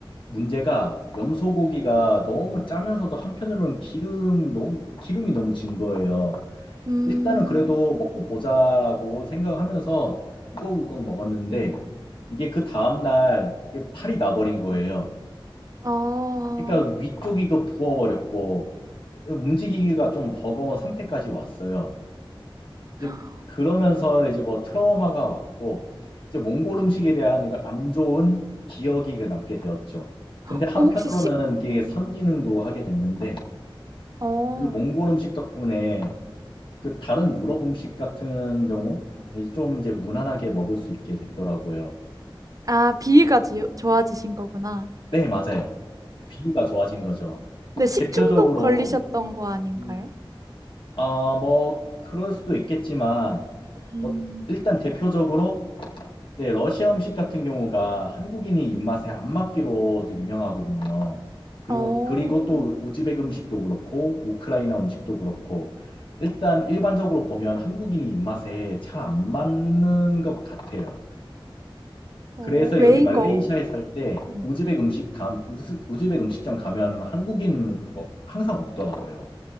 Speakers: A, on the left; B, on the right.
A: 문제가 염소고기가 너무 짜면서도 한편으로는 기름 너무 기름이 너무 진 거예요.
B: 음,
A: 일단은 그래도 먹고 보자라고 생각하면서 우걱우걱 먹었는데 이게 그 다음날 탈이 나버린 거예요.
B: 아,
A: 그러니까 위쪽이 그 부어버렸고 움직이기가 좀 버거운 상태까지 왔어요. 이제
B: <gasps>
A: 그러면서 이제 뭐 트라우마가 왔고 이제 몽골 음식에 대한 그안 좋은 기억이 그 남게 되었죠. 근데
B: 어,
A: 한편으로는
B: 혹시 식,
A: 이게
B: 음,
A: 선기능도 하게 됐는데
B: 어.
A: 그 몽골 음식 덕분에 그 다른 유럽 음식 같은 경우 이제 좀 이제 무난하게 먹을 수 있게 됐더라고요.
B: 아, 비위가 지- 좋아지신 거구나.
A: 네, 맞아요. 비위가 좋아진 거죠.
B: 근데 식중독
A: 대표적으로
B: 걸리셨던 거 아닌가요?
A: 음, 아, 뭐 그럴 수도 있겠지만
B: 음,
A: 뭐 일단 대표적으로 네, 러시아 음식 같은 경우가 한국인이 입맛에 안 맞기로 유명하거든요. 그리고
B: 어,
A: 그리고 또 우즈벡 음식도 그렇고 우크라이나 음식도 그렇고 일단 일반적으로 보면 한국인이 입맛에 잘 안 맞는 것 같아요.
B: 어,
A: 그래서
B: 외인
A: 여기 말레이시아에
B: 거.
A: 살 때
B: 음.
A: 우즈벡 음식 감, 우스- 우즈벡 음식점 가면 한국인 그 뭐 항상 없더라고요.